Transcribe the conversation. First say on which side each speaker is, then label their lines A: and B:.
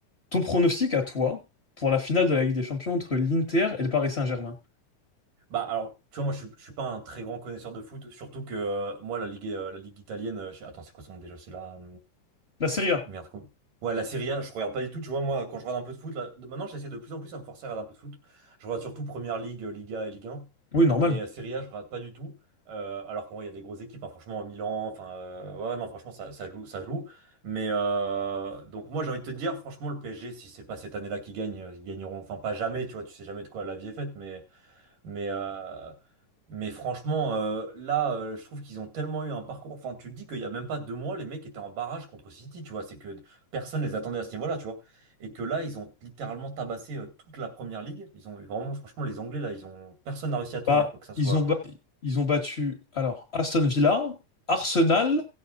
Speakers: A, on the left; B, on the right.
A: Ton pronostic à toi pour la finale de la Ligue des Champions entre l'Inter et le Paris Saint-Germain?
B: Bah alors, tu vois, moi je suis, je suis pas un très grand connaisseur de foot, surtout que euh, moi la ligue euh, la ligue italienne, euh, je- attends, c'est quoi son nom déjà? C'est là.
A: La Serie A.
B: Merde, com- Ouais, la Serie A, je regarde pas du tout. Tu vois, moi, quand je regarde un peu de foot, là, de- maintenant, j'essaie de plus en plus à me forcer à regarder un peu de foot. Je regarde surtout Première Ligue, euh, Liga et Ligue 1.
A: Oui, normal.
B: Mais euh, Serie A, je regarde pas du tout. Euh, alors qu'en vrai, il y a des grosses équipes, hein, franchement, Milan. Enfin, euh, ouais, non, franchement, ça, ça joue, ça joue. Mais euh, donc, moi, j'ai envie de te dire, franchement, le PSG, si c'est pas cette année-là qu'ils gagnent, euh, ils gagneront. Enfin, pas jamais, tu vois, tu sais jamais de quoi la vie est faite. Mais mais, euh, mais franchement, euh, là, euh, je trouve qu'ils ont tellement eu un parcours. Enfin, tu te dis qu'il n'y a même pas deux mois, les mecs étaient en barrage contre City, tu vois. C'est que personne les attendait à ce niveau-là, tu vois. Et que là, ils ont littéralement tabassé euh, toute la première ligue. Ils ont vraiment, franchement, les Anglais, là, ils ont personne n'a réussi à tenir,
A: Bah,
B: quoi que ça soit
A: ils ont ba- ils ont battu alors Aston Villa, Arsenal,